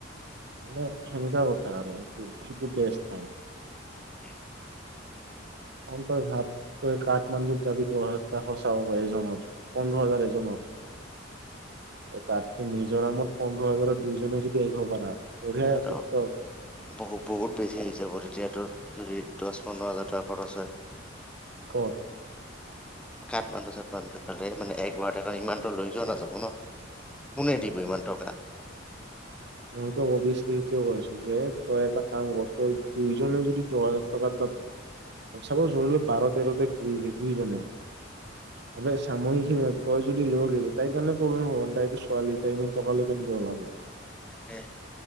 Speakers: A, on the right; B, in the centre.
A: মানে সেনেকা কথা আৰু সেটো বেষ্ট হয়
B: উ
A: <inaudible> অ তই ভাব তই কাঠমাণ্ডুত যাবি দহ হজাৰটা সচা হব এজনৰ পোন্ধৰ হাজাৰ এজনৰ তাতকে মিজোৰামত পোন্ধৰ হাজাৰৰ দুইজনে যদি আহিব পাৰা বঢ়িয়া
B: এইটোতো
A: টিকটক
B: বহুত বহুত বেছি যাব তেতিয়াতো যদি দহ পোন্ধৰ হাজাৰ ট্ৰাকত আছে
A: কত
B: কাঠমাণ্ডু চাঠমাণ্ডু সেফালে মানে একবাৰ কাৰণ ইমানটো লৈ যোৱাও নাযাব ন কোনে দিব ইমান টকা
A: মইটো অবিয়ছলি সেইটোৱে কৈছোঁ যে তই এটা কাম কৰ তই দুইজনে যদি দহ হাজাৰ টকাৰ চাপছ ধৰিলো বাৰ তেৰতে ঘূৰিলি দুইজনে আ হামৈ খিনি তই যদি ল কেলে তাইৰ কাৰণে প্ৰব্লেম হ'ব তাইতো ছোৱালী তাই এ টকা লৈ কেনেকে ওলাব
B: তাকে